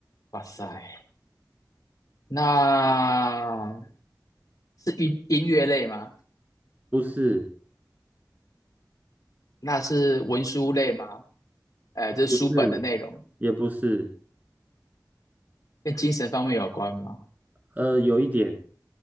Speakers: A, on the left; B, on the right.
A: 哇塞。那是音音乐类吗？
B: 不是，
A: 那是文书类吗？呃，这是书本的内容，
B: 不是，也不是，
A: 跟精神方面有关吗？
B: 呃，有一点，